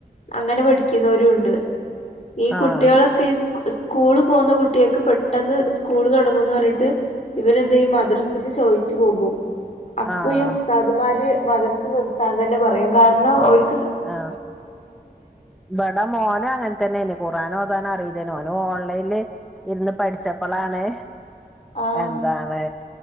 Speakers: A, on the left; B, in the centre.
A: അങ്ങനെ പഠിക്കുന്നവരുണ്ട് ഈ
B: ആഹ്
A: കുട്ടികളൊക്കെ സ്കൂള് പോക്ന്ന കുറ്റ്യാക്ക് പെട്ടെന്ന് സ്കൂൾ തുടങ്ങുന്ന് പറഞ്ഞിട്ട് ഇവരെ എന്തെയ്യും മദ്രസന്ന് ചോയിച്ച് പോകും അപ്പൊ
B: ആഹ്
A: ഈ ഉസ്താദമാര് മദർസ് നിർത്താൻ തന്നെ പറയും കാരണം ഓര്
B: ആഹ് ഇവിട മോനും അങ്ങനെ തന്നേണ് ഖുറാനോതാനറിലേറ്ന്ന് ഓന് ഓൺലൈന്ല് ഇരുന്ന് പഠിച്ചപ്പളാണ്
A: ആഹ്
B: എന്താണ്